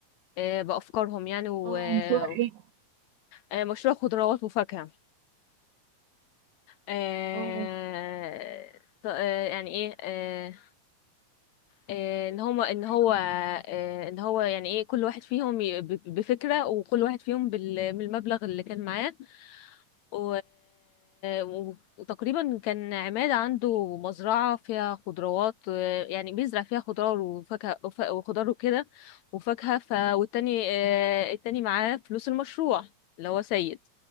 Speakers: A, on the left (about 75°); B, on the right (about 70°).
A: آه، بافكارهم يعني و...
B: اه مشروع
A: و-
B: ايه
A: آه، مشروع خضروات وفاكهة آه،
B: اه
A: ط- آه، يعني ايه آه، آه، ان هما ان هو آه، ان هو يعني ايه كل واحد فيهم ي- ب- بفكرة وكل واحد فيهم بال- بالمبلغ اللي كان معاه و... و- وتقريبا كان عماد عنده مزرعة فيها خضروات آه، يعني بيزرع فيها خضار وفاكهة وف- وخضار وكده وفاكهة ف... والتاني آه، التاني معاه فلوس المشروع اللي هو سيد